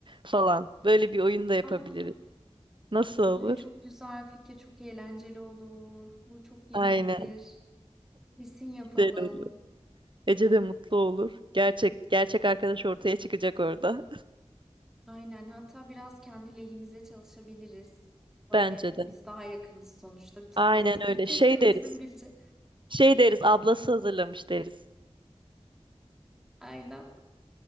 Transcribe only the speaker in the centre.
Aa,
evet çok güzel fikir, çok eğlenceli olur. Bu çok iyi
bir fikir. Kesin yapalım.
Aynen. Hatta biraz kendi lehimize çalışabiliriz. Böyle
biz daha yakınız sonuçta.
Alt-
<laughs> Kesin
bizim bilecek.
Hı.
Aynen.